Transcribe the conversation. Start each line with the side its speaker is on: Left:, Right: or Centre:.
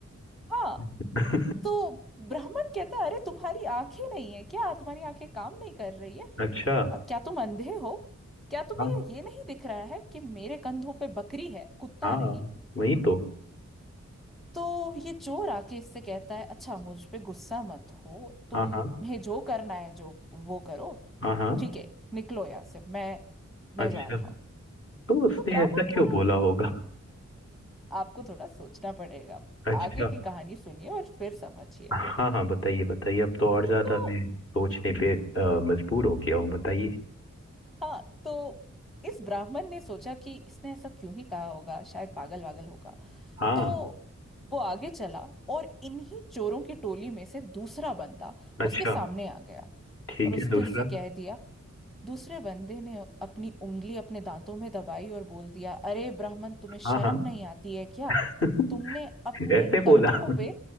Centre: हाँ
Left: <laughs>
Centre: तो ब्राह्मण कहता है अरे तुम्हारी आंखें नहीं है क्या तुम्हारी आंखें काम नहीं कर रही है
Left: अच्छा
Centre: "अ, क्या तुम अंधे हो क्या तुम्हें
Left: हाँ
Centre: ये नहीं दिख रहा है कि मेरे कंधों पे बकरी है कुत्ता
Left: हाँ
Centre: नहीं
Left: वही तो
Centre: तो ये चोर आके इससे कहता है अच्छा मुझ पे गुस्सा मत हो तुम्हें
Left: हाँ हाँ
Centre: जो करना है जो वो करो
Left: हाँ हाँ
Centre: ठीक है निकलो यहाँ से मैं मैं
Left: अच्छा
Centre: जा रहा हूँ
Left: तो उसने
Centre: तो ब्राह्मण
Left: ऐसा क्यों
Centre: थोड़ा
Left: बोला होगा
Centre: आपको थोड़ा सोचना पड़ेगा
Left: अच्छा
Centre: आगे की कहानी सुनिए और फिर समझिए
Left: हाँ हाँ बताइए बताइए अब तो और ज्यादा
Centre: तो
Left: मैं सोचने पे अ, मजबूर हो गया हूँ बताइए
Centre: हाँ तो इस ब्राह्मण ने सोचा कि इसने ऐसा क्यों ही कहा होगा शायद पागल वागल होगा
Left: हाँ
Centre: तो वो आगे चला और इन्हीं चोरों की टोली में से दूसरा बंदा
Left: अच्छा
Centre: उसके सामने आ गया
Left: ठीक
Centre: और उसने
Left: है दूसरा
Centre: उससे कह दिया दूसरे बंदे ने अपनी उंगली अपने दांतों में दबाई और बोल दिया अरे ब्राह्मण तुम्हें
Left: हाँ
Centre: शर्म
Left: हाँ
Centre: नहीं आती है क्या
Left: <laughs>
Centre: तुमने अपने
Left: ऐसे
Centre: कंधों
Left: बोला <laughs>
Centre: पे